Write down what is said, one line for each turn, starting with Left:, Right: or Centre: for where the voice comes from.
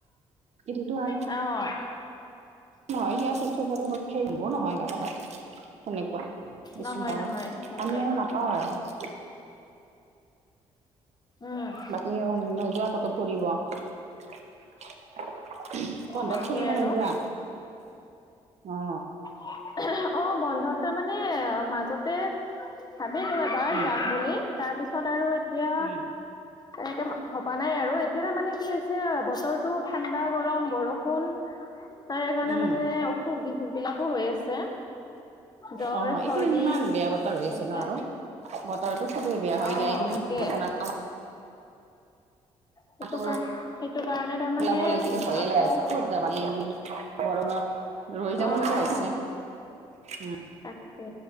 Right: এতিটো ভাৰ
Left: অ
Right: নহয় আছে চবৰে পক্ষে আহ মোৰ নহয় বাৰু সেনেকুৱা কিচ
Left: নহয়
Right: কৰে
Left: নহয় সেইটোৱে
Right: আমি আৰু নাপাওঁ আৰু
Left: উম
Right: বাকী নোযোৱা কত ফুৰিব কন্ধত
Left: তাকে
Right: ফুৰিব
Left: আৰু
Right: নোযোৱা অ
Left: অ বন্ধ তাৰ মানে মাজতে ভাবিলো এবাৰ
Right: উম
Left: যাম বুলি তাৰপিছত আৰু এতিয়া
Right: উম
Left: তেনেকে হবা নাই আৰু এতিয়া তাৰ মানে কি হৈছে বতৰটো ঠাণ্ডা গৰম বৰষুণ তাৰকাৰণে
Right: উম
Left: মানে অসুখ বিসুখ বিলাকো হৈ আছে জ্বৰ
Right: অ
Left: চৰ্দি
Right: এইকেইদিন ইমান বেয়া বতৰ
Left: তেনেকে
Right: হৈ আছে ন আৰু বতৰটো খুবেই বেয়া হয়
Left: অ
Right: দে
Left: তাকে সেইটো
Right: তটো
Left: কাৰ সেইটো কাৰণে তাৰমানে
Right: ওলাব লাগিলে
Left: উ
Right: ভয়ে
Left: আকৌ
Right: লগািছ ক য বৰত ৰৈ যাব
Left: অ
Right: লগীয়া
Left: অ
Right: আহছে উ
Left: তাকে